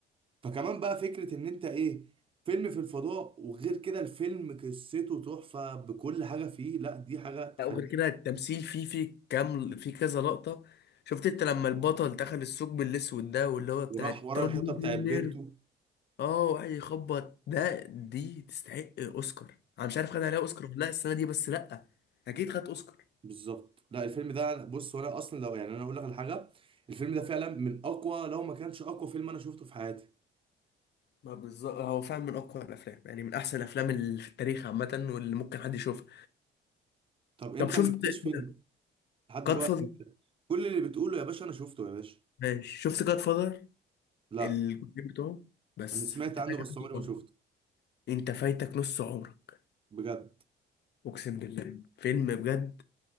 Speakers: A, on the right; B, on the left.
A: فكمان بقى فكره ان انت ايه فيلم في الفضاء وغير كده الفيلم قصته تحفه بكل حاجه فيه لا دي حاجه تخليك
B: لا وغير كده التمثيل فيه فيه كام فيه كذا لقطة شفت انت لما البطل دخل الثقب الاسود ده واللي هو بتاع
A: وراح
B: توني
A: ورا الحيطه بتاعت
B: نير
A: بنته
B: اه وقعد يخبط ده دي تستحق اوسكار انا مش عارف خد عليها اوسكار ولا لا السنة دي بس لا اكيد خد اوسكار
A: بالظبط لا الفيلم ده بص وانا اصلا لو يعني انا اقول لك على حاجه الفيلم ده فعلا من اقوى لو ما كانش اقوى فيلم انا شفته في حياتي
B: ما بالظبط هو فعلا من اقوى الافلام يعني من احسن الافلام اللي في التاريخ عامة واللي ممكن حد يشوفها
A: طب انت
B: طب شفت
A: ما قلتليش
B: اسمه
A: فيلم
B: ده
A: لحد دلوقتي
B: جاد فاذر
A: انت كل اللي بتقوله يا باشا انا شفته يا باشا
B: ماشي شفت جاد فاذر
A: لا
B: الجزئين بتوعه بس
A: انا سمعت
B: انت
A: عنه
B: فايتك
A: بس عمري
B: نص
A: ما
B: عمرك
A: شفته
B: انت فايتك نص عمرك
A: بجد
B: اقسم بالله فيلم بجد